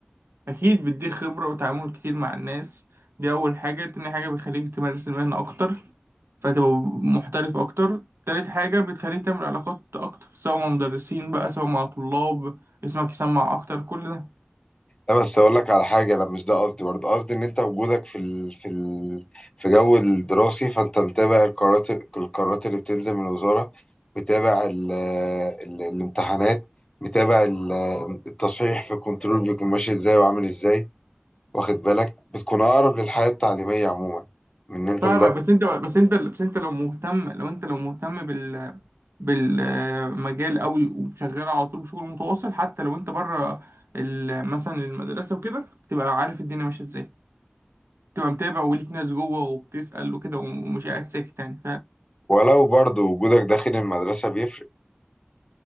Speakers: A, on the right; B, on the left.
A: أكيد بيديك خبرة وتعامل كتير مع الناس دي أول حاجة تاني حاجة بتخليك تمارس المهنة أكتر فتبقى محترف أكتر تالت حاجة بتخليك تعمل علاقات أكتر سواء مع مدرسين بقى سواء مع طلاب اسمك يسمع أكتر كل ده
B: لا بس اقول لك على حاجه لا مش ده قصدي برضه قصدي ان انت وجودك في ال... في ال... في جو الدراسي فانت متابع القرارات القرارات اللي بتنزل من الوزاره متابع ال... ال... الامتحانات متابع ال... التصحيح في الكنترول بيكون ماشي ازاي وعامل ازاي واخد بالك بتكون اقرب للحياه التعليميه عموما من ان انت
A: فاهمك
B: مدرس
A: بس انت بس انت بس انت لو مهتم لو انت لو مهتم بال بالمجال قوي وشغال على طول بشغل متواصل حتى لو انت بره ال- مثلا المدرسه وكده تبقى عارف الدنيا ماشيه ازاي تبقى متابع وليك ناس جوه وبتسأل وكده ومش قاعد ساكت يعني
B: ولو برضه وجودك داخل المدرسه بيفرق